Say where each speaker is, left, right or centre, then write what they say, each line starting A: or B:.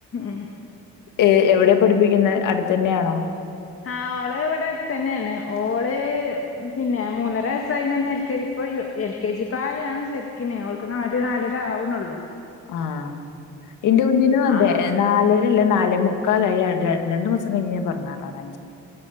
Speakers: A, on the left; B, on the left.
A: ഉം
B: ഏ എവടെയാ പഠിപ്പിക്ക്ന്ന് അട്ത്തന്നെയാണോ
A: ആ ഓള് ഇവടെ അട്ത്തന്നെണ് ഓള് പിന്നെ മൂന്നര വയ്സ്സയിനാ ന്ന് എൽ കെ പ്പൊ യു എൽ കെ ജി പ്രായാണ് ശരിക്കിന് അവൾക്ക് നാല് നാലര ആവ്ണോള്ളൂ
B: ആഹ് ഇന്റെ കുഞ്ഞിനോ അതെ
A: ആ
B: നാലരല്ലാ നാലെ മുക്കാലായി രണ്ട് മാസം കഴിഞ്ഞു കഴിഞ്ഞാ പെർന്നാളാണ്